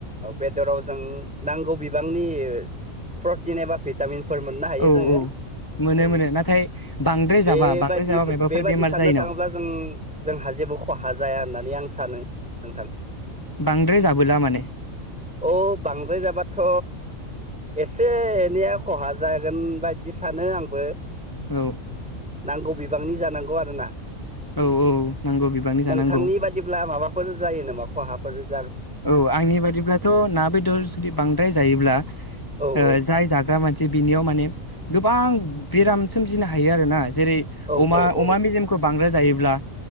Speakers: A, in the centre; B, on the left.
A: बेदराव जों नांगौ बिबांनि प्रटिन एबा भिटामिनफोर मोननो हायो
B: औ
A: जोङो
B: औ मोनो
A: औ
B: मोनो नाथाय बांद्राय
A: बेबायदि
B: जाबा बांद्राय जाबा
A: बे-बेबादि
B: मायबाफोर बेमार
A: साननो
B: जायो
A: थाङोब्ला
B: नामा
A: जों जोंहा जेबो खहा जाया होननानै आं सानो नोंथां
B: बांद्राय जाबोला माने
A: औ बांद्राय जाबाथ' एसे एनैआ खहा जागोन बायदि सानो आंबो
B: औ
A: नांगौ बिब बिबांनि जानांगौ आरो ना
B: औ औ नांगौ बिबांनि
A: नोंथांनि
B: जानांगौ
A: बादिब्ला माबाफोर जायो नामा खहा <unintelligible>
B: औ आंनि बादिब्लाथ' ना बेदर जुदि बांद्राय जायोब्ला
A: औ
B: ओ
A: औ
B: जाय जाग्रा मानसि बिनियाव माने गोबां बेराम सोमजिनो हायो आरोना जेरै
A: औ
B: अमा
A: औ औ
B: अमा मेजेमखौ बांद्रो जायो ब्ला